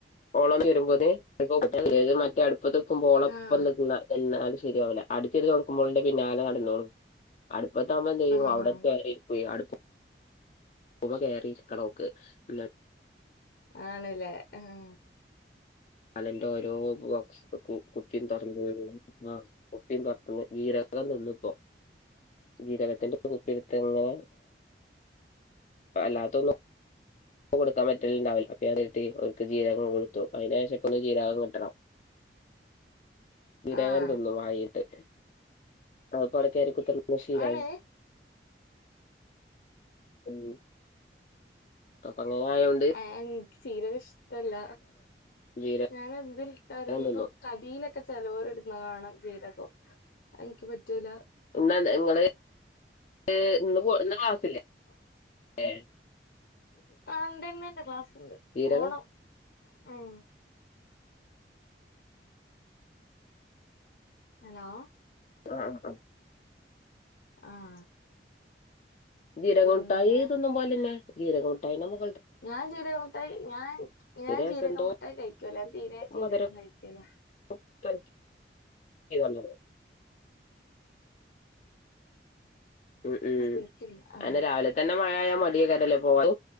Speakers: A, on the left; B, on the left.
A: ഓളോന്ന വരുമ്പോത് മറ്റേ അടുപ്പത്ത്ക്കുമ്പോ ഓളപ്പം
B: ആഹ്
A: നിക്ക്ന്ന എന്നാലും ശരിയാവല്ല അടിച്ചെത് നോക്കുമ്പോളന്റെ പിന്നാലെ നടന്നോക്കും അടുപ്പത്താമ്പ ചെയ്യും
B: ആഹ്
A: അവിടെ <unintelligible> അടു ചുമ്മാ കേറിയിരിക്കണം ഓക്ക് പിന്നെ
B: ആണ്ല്ലേ ആഹ്
A: അലന്റെ ഓരോ ബോക്സ് കുപ്പിയും തുറന്ന് ആ കുപ്പിയും തുറന്ന് ജീരകം തിന്നിപ്പോ ജീരകത്തിന്റെ കുപ്പിടുത്ത്ങ്ങനെ അല്ലാത്തൊന്നും കൊടുക്കാൻ പറ്റലണ്ടാവില്ല <unintelligible> അവർക്ക് ജീരകം കൊടുത്തു അതിനേശം ഇപ്പ ഒന്ന് ജീരകം കിട്ടണം ജിരകം
B: ആഹ്
A: തിന്നും വായിട്ട് അത് പുട കയറി കുത്തിന്ന് ശീലായി
B: ആണ്
A: ഉം അപ്പൊ അങ്ങനെ ആയൊണ്ട്
B: ആ ചീരകം ഇഷ്ടല്ല
A: ജീരകം
B: ഞാന് എന്തിൽ ഇട്ടാലും ഇൻക്ക്
A: തിന്നു
B: കറീലൊക്കെ ചിലോര് ഇടുന്ന കാണാം ജീരകം എനിക്ക് പറ്റൂല
A: ഇന്നത് നിങ്ങള് ഈ ഇന്ന് ക്ലാസ്സില്ലേ
B: ആ
A: ഏഹ്
B: ആ ഇണ്ട്ന്ന്ണ്ട് ക്ലാസ്സുണ്ട്
A: ജീരകം
B: പോണം ഉം ഹലോ
A: ആഹ്
B: ആഹ്
A: ജീരക
B: പിന്നെ
A: മുട്ടായി തിന്നും പോലില്ലെ ജീരക മുട്ടായി നമ്മ
B: ഞാൻ ജീരക മുട്ടായി ഞാൻ ഞാൻ
A: രസം
B: ജീരകം
A: എന്തോ
B: മുട്ടായി കഴിക്കൂല്ല ഞാൻ തീരെ ജീരകം
A: മധുരം
B: കഴിക്കൂല
A: <inaudible> ഉം ഉം
B: കുലിക്കില്ല ആഹ്
A: അന്ന രാവില തന്നെ മഴ ആയൽ മതിയാ കാരല്ലോ പോവാൻ